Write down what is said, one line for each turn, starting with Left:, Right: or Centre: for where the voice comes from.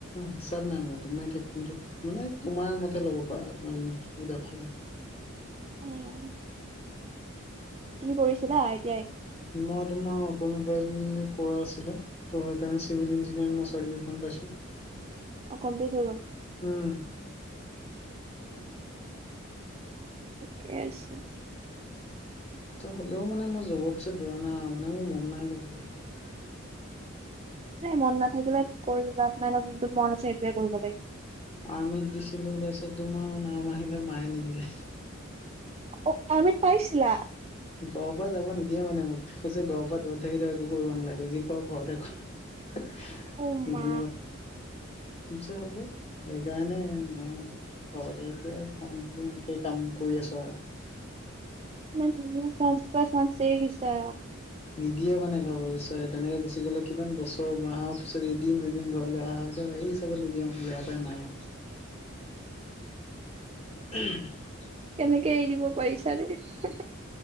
Left: হিচাপ নাই মানে তোমাৰ এতিয়া কোনটোত মানে তোমাৰ তমাৰ মতে ল'ব পাৰা তোমাৰ যোন সুবিধা ভাল হয়।
Right: উম তুমি কৰিছিলা আই টি আই
Left: মই তোমাৰ অটিমবিলে কৰা আছিল ত হেইকৰণে চিভিল ইঞ্জিনিয়াৰিং চাৰ্টিফিকেট খণ পাইছো।
Right: অ' কমপ্লিট হৈ গল
Left: উম
Right: ঠিকে আছে।
Left: ত হ'লেও মানে মই যবৰ পিছত দৌৰা নাই আৰু মানে মোৰ মন নাই কিলো <unintelligible>
Right: এ মন নাথাকিলে কৰি লাভ নাই ন', যোনটোত মন আছে সেইটোৱে কৰিব লাগে।
Left: আৰ্মীত দিছিলো তাৰপিছত তোমাৰ নাম আহিলে মায়ে নিদিলে।
Right: অ'-আৰ্মীত পাইছিলা।
Left: ঘৰৰ পৰা যাব নিদিয়ে মানে মোক, কৈছে ঘৰৰ পৰা দূৰত থাকি একো কৰিব নালাগে যি কৰ ঘৰতে কৰ।
Right: অ
Left: নিদিয়ে
Right: মা
Left: নি <unintelligible> হ'ব সেইকাৰণে নাই, ঘৰতে এতিয়া ফাৰ্ম খুলি এনেকেই কাম কৰি আছো আৰু
Right: ইমান ধুনীয়া চান্স পাই চান্স এৰি দিছা।
Left: নিদিয়ে মানে ঘৰৰ চ, তেনেকে গুচি গ'লে কিমান বছৰ মাহৰ পিছত এদিন দুদিন ঘৰলৈ অহা হয় এই চবত নিদিয়ে মানে বেয়া পায় মায়ে। উম <unintelligible>
Right: কেনেকে এৰি দিব পাৰিছা?